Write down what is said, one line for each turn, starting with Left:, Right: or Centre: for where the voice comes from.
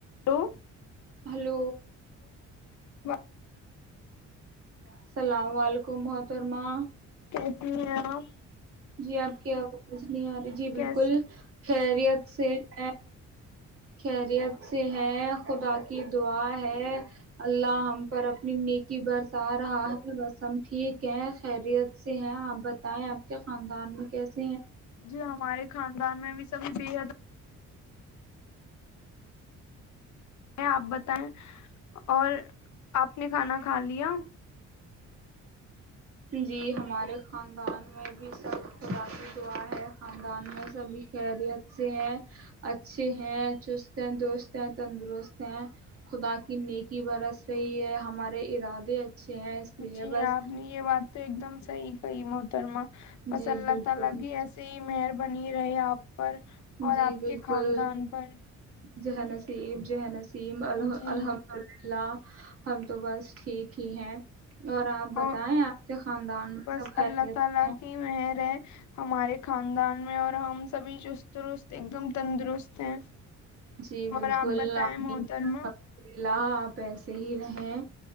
Left: ہلو
Right: ہلو
Left: ہ
Right: السلام ععلیکم محترما
Left: ایسی ہیں آپ
Right: جی آپ کے نہیں آاری جی
Left: کیسی
Right: بالکل خیریت سے ہے خیریت سے ہے خدا کی دعا ہے اللہ ہم پر اپنی نیکی برس آ رہا ہے بس ہم ٹھیک ہے خیریت سے ہے بتائیں آپ کیا خاندان میں کیسے ہیں
Left: جی ہمارے خاندان میں بھی سبھی بے حد آپ بتائیں اور آپ نے کھانا کھا لیا
Right: جی ہمارے خاندان میں بھی سب خاش دعا ہے خاندان میں سبھی خیریت سے ہیں اچھے ہیں چست ہیں دوست ہیں تندرست ہیں خدا کی نیکی برس رہی ہے ہمارے ارادے اچھے ہیں اس لیے
Left: جی
Right: بس
Left: آپ نے یہ بات تو ایک دم سحی کئی مترم بس
Right: جی
Left: اللہ
Right: بالکل
Left: تعالی کی ایسی ہی میئر بنی رہے آپ پر اور
Right: جی
Left: آپ
Right: بالکل
Left: کے خاندان پر
Right: جہ نصیب جہ نسی یم ال
Left: جی
Right: الحمد ال للہہ ہم تو بس ٹھیک ہی ہیں اور آپ بتائیں
Left: اور
Right: آپ کے خاندان میں
Left: بس
Right: سب خیریت
Left: اللہ تعالی
Right: ہیں
Left: کی مہر ہے ہمارے خاندان میں اور ہم سبھی چسترست ایک دم تندرست ہیں
Right: جی بالکل
Left: اور آپ بتائیں
Right: اللہ
Left: محترمہ
Right: آپ ایسے ہی رہے